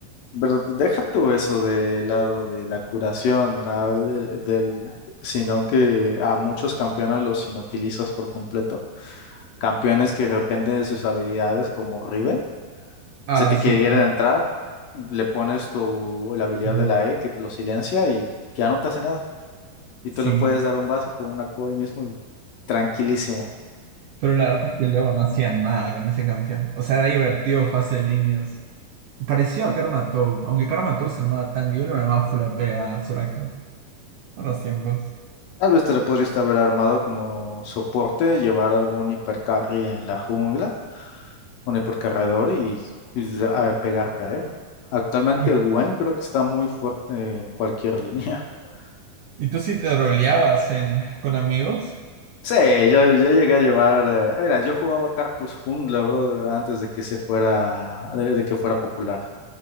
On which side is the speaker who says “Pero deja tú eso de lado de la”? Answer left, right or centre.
Left